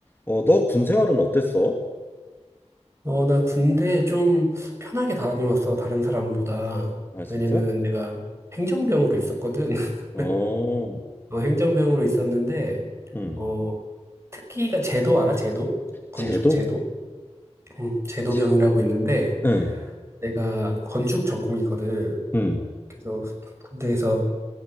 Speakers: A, on the left; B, on the right.
A: 어, 너 군 생활은 어땠어?
B: 어, 나 군대 좀 편하게 다녀왔어, 다른 사람보다.
A: 아, 진짜?
B: 왜냐면 내가 행정병으로 있었거든. <laughs>
A: 어,
B: 어, 행정병으로 있었는데,
A: 응.
B: 어, 특기가 제도 알아? 제도? 건축
A: 제도?
B: 제도? 응, 제도병이라고
A: 제,
B: 있는데,
A: 응,
B: 내가 건축 전공이거든.
A: 응,
B: 그래서 군대에서